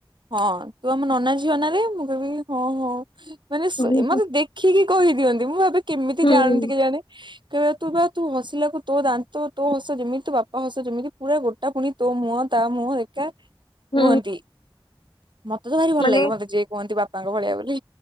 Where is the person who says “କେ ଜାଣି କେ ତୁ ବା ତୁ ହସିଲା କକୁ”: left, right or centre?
Right